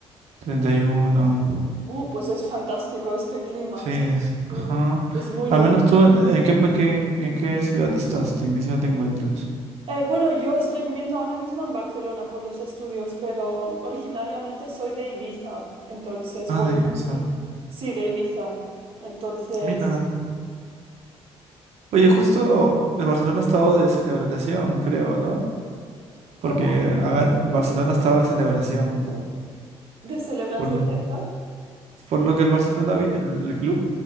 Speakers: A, on the right; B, on the right.
A: treinta y uno
B: Uh, pues es fantástico este clima.
A: Sí, es-
B: Sí, sí,
A: ajá.
B: sí. Es muy
A: Al
B: bueno.
A: menos tú, ¿en qué, en qué, en qué ciudad estás? ¿En qué ciudad te encuentras?
B: Eh, bueno, yo estoy viviendo ahora mismo en Barcelona por los estudios, pero originariamente soy de Ibiza. Entonces,
A: Ah,
B: bueno,
A: de esa
B: sí, sí, de Ibiza. Entonces,
A: Mira. Oye, justo de Barcelona ha estado de celebración, creo, ¿no? Porque
B: ¿cómo?
A: ha gan- Barcelona estaba de celebración.
B: ¿De celebración
A: Por lo,
B: de qué?
A: por lo que el Barcelona, había- el, el club,